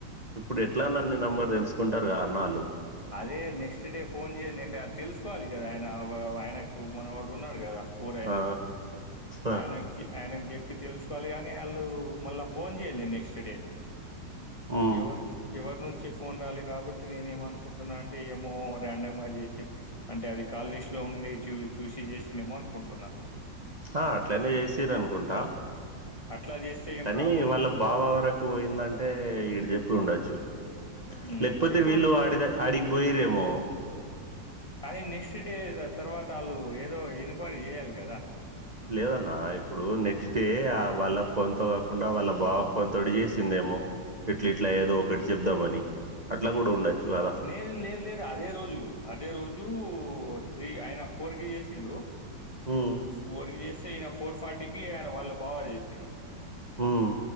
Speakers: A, on the right; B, on the left.
A: ఇప్పుడు ఎట్లా నన్నీ నంబర్ తెలుసుకుంటరుగా అన్నా అళ్ళు
B: అదే నెక్స్ట్ డే ఫోన్ చేయ నె హ తెలుసుకోవాలి గదా ఆయన వ వ ఆయనకు మనవడున్నడు గదా ఓరైనా
A: ఆ ఆ
B: ఆయన చి ఆయనక్ జే ప్పి తెలుసుకోవాలి గాని వాళ్ళు మళ్ళ ఫోన్ జేయలే నెక్స్ట్ డే
A: ఉమ్,
B: ఎవరు ఎవరి నుంచి ఫోన్ రాలే కాబట్టి నేనేమనుకుంటున్నా అన్ టే ఏమో ర్యాండమ్ గా చేసి అంటే అది కాలిస్ట్ లో ఉండి చూ చూసి చేశినేమో అనుకుంటున్నా
A: హా అట్లనే చేశిరనుకుంటా
B: అట్లా చేస్తే ఏం
A: కానీ
B: ప్రాబ్లం ఉండదుగా
A: వాళ్ళ బావ వరకు పోయిందంటే ఈడు చెప్పి ఉండొచ్చు
B: ఉమ్
A: లేకపోతే
B: చెప్పు
A: వీళ్ళు ఆడిద ఆడికి పోయ్యిరేమో
B: కానీ నెక్స్ట్ డే తర్వాత వాళ్ళు ఏదో ఎన్క్వైరీ జేయాలి గదా
A: లేదన్న ఇప్పుడు నెక్స్ట్ డే అహ్ వాళ్ళ పొంతొ కాకుండ వాళ్ళ బావ ఫోనెతోటి జేసిందేమో ఇట్లిట్ల ఏదో ఒకటి చెప్దామని అట్లా కూడా ఉండొచ్చు కదా
B: లే లేదు లేదు అదే రోజు అదే రోజు ఉ త్రీ ఆయన ఫోర్ కి చేసిండు
A: ఉమ్
B: ఫోర్ కి చేస్ ఈయన ఫోర్ ఫార్టీకిి ఆయన వాళ్ళ బావ కి చేశిండు
A: ఉమ్